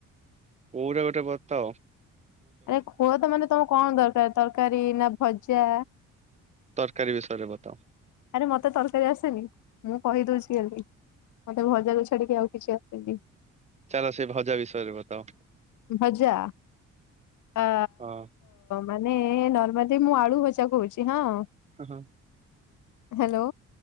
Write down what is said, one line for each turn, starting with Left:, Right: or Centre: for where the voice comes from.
Right: କୋଉଟା ଗୋଟେ ବତ୍ତ।
Left: ଆରେ ଖୁଅ ତ ମାନେ ତମ କଣ ଦରକାର ତରକାରୀ ନା ଭଜା।
Right: ତରକାରୀ ବିଷୟରେ ବତାଅ।
Left: ଆରେ ମତେ ତରକାରୀ ଆସେନି। ମୁଁ କହିଦୋଉଚି ହେଲି। ମତେ ଭଜାକୁ ଛାଡିକି ଆଉ କିଛି ଆସେନି।
Right: ଚାଲ ସେ ଭଜା ବିଷୟରେ ବତାଅ।
Left: ଭଜା ଆ
Right: ହଁ
Left: ମାନେ ନର୍ମାଲି ମୁଁ ଆଳୁ ଭଜା କହୁଚି ହଁ।
Right: ଅ ହଁ।
Left: ହାଲୋ।